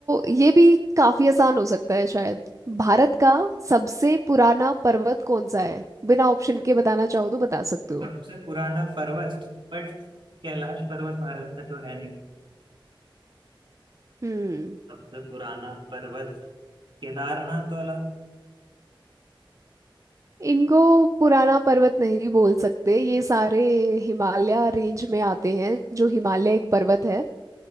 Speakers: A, on the right; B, on the right.
A: ये भी काफी आसान हो सकता है शायद भारत का सबसे पुराना पर्वत कौन सा है बिना ऑप्शन के बताना चाहो तो बता सकते हो
B: सबसे पुराना पर्वत बट कैलाश पर्वत भारत में तो है नहीं
A: हम्म
B: सबसे पुराना पर्वत केदारनाथ वाला
A: इनको पुराना पर्वत नहीं बोल सकते ये सारे हिमालय रेंज में आते हैं जो हिमालय एक पर्वत है